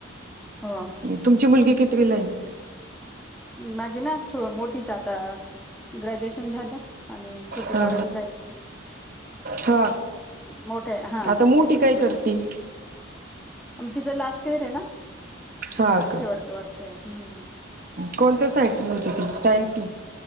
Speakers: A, in the centre; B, on the right (about 45°).
A: हो
B: तुमची मुलगी कितविला आहे?
A: माझी ना मोठीच आता ग्रॅज्युएशन झालं. आणि छोटी
B: हा
A: बारावीला आहे.
B: हा
A: मोठे हा
B: आता मोठी काय करती.
A: मग तिचं लास्ट इयर आहे ना...
B: हा का
A: शेवटचं वर्ष आहे. हम्म.
B: कोणत्या साईटने होती ती सायन्स ने